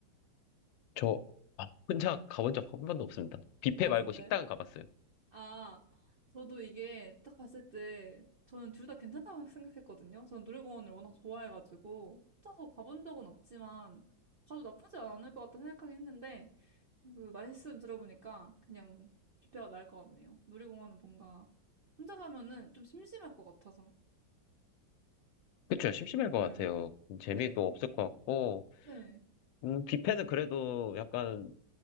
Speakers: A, on the left; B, on the right.
A: 저 아, 혼자 가본 적 한 번도 없습니다. 뷔페
B: 아,
A: 말고
B: 진짜요?
A: 식당은 가봤어요.
B: 아, 저도 이게 딱 봤을 때 저는 둘 다 괜찮다고 생각했거든요. 저는 놀이공원을 워낙 좋아해가지고 혼자서 가본 적은 없지만 가도 나쁘지 않을 것 같다 생각하긴 했는데 그 말씀 들어보니까 그냥 뷔페가 나을 것 같네요. 놀이공원은 뭔가 혼자 가면은 좀 심심할 것 같아서.
A: 그쵸, 심심할
B: 음,
A: 것 같아요. 음, 재미도
B: 네.
A: 없을 것 같고,
B: 네.
A: 음, 뷔페는 그래도 약간